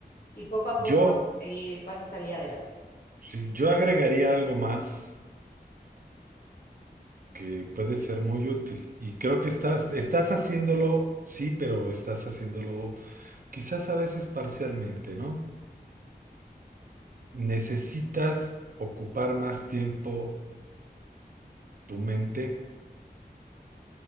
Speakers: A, on the left (about 60°); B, on the right (about 55°).
A: Y poco a
B: Yo,
A: poco vas a seguir, vas a salir adelante.
B: sí, yo agregaría algo más que puede ser muy útil. Y creo que estás, estás haciéndolo, sí, pero estás haciéndolo quizás a veces parcialmente, ¿no? necesitas ocupar más tiempo tu mente